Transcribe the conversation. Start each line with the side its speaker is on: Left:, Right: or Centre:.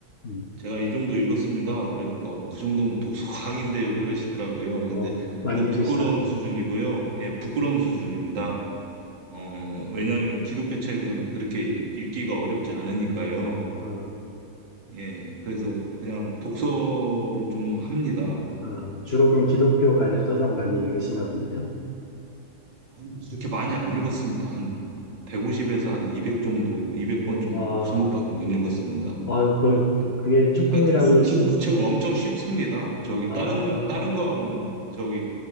Left: 음.
Right: 제가 이 정도 읽었습니다. 그러니까 그 정도면 독서 광인데요. 그러시더라고요. 근데
Left: 어, 많이
Right: 그건
Left: 읽으시나
Right: 부끄러운
Left: 보네요.
Right: 수준이고요. 예, 부끄러운 수준입니다. 어, 왜냐하면 기독교 책은 그렇게 읽기가 어렵지 않으니까요.
Left: 아,
Right: 예, 그래서 그냥 독서를 좀 합니다.
Left: 아, 주로 그럼 기독교 관련 서적 많이 읽으시나 보네요.
Right: 아니, 그렇게 많이 안 읽었습니다. 한 150에서 한 200 정도, 200권
Left: 어,
Right: 정도,
Left: 와,
Right: 그 정도밖에 못 읽었습니다.
Left: 아유, 그,
Right: 예.
Left: 그게 조금이라고
Right: 아, 근데 이
Left: 그러시기에는,
Right: 기독교 책은 엄청 쉽습니다. 저기
Left: 아,
Right: 다른 다른 거하고는 저기